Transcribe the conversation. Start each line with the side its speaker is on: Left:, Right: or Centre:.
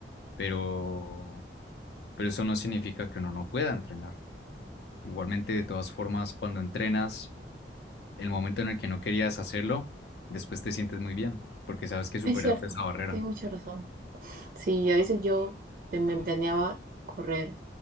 Left: pero, pero eso no significa que uno no pueda entrenar. Igualmente, de todas formas, cuando entrenas, el momento en el que no querías hacerlo, después te sientes muy bien, porque sabes que superaste
Right: Es cierto,
Left: esa barrera.
Right: tienes mucha razón. Sí, a veces yo te- me planeaba correr